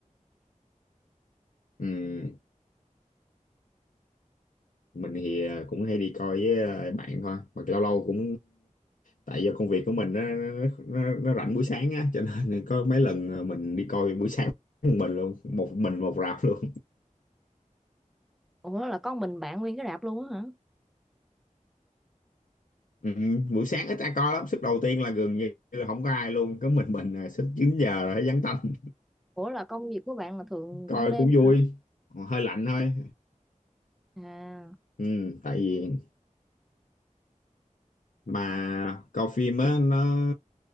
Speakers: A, on the left; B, in the centre.
A: Ừm, mình thì à, cũng hay đi coi với à, bạn thôi mà lâu lâu cũng tại do công việc của mình nó nó, nó, nó rảnh buổi sáng á cho nên <laughs> có mấy lần à, mình đi coi buổi sáng một mình luôn một mình một rạp luôn
B: ủa là con mình bạn nguyên cái rạp luôn á hả
A: Ừm, buổi sáng ít ai coi lắm suất đầu tiên là gần như không có ai luôn có mình mình à, suất 9 giờ là thấy vắng tanh
B: ủa là công việc của bạn là thường
A: coi
B: ban đêm
A: cũng
B: á
A: vui
B: hả
A: hơi lạnh thôi
B: à
A: Ừm, tại vì mà coi phim á nó,